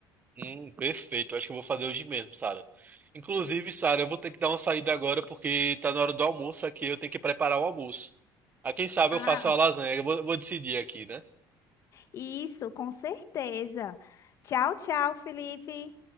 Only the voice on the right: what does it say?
Hum, perfeito. Acho que eu vou fazer hoje mesmo, Sara. Inclusive, Sara, eu vou ter que dar uma saída agora porque tá na hora do almoço aqui. Eu tenho que preparar o almoço. Ah, quem sabe
eu faço a lasanha. Eu vou, vou decidir aqui, né?